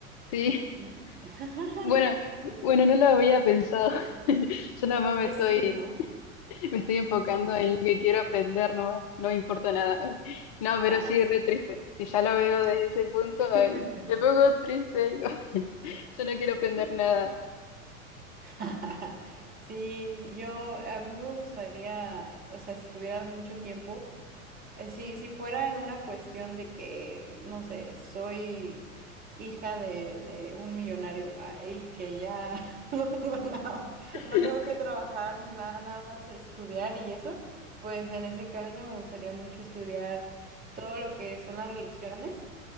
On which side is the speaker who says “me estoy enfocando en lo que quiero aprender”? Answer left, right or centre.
Left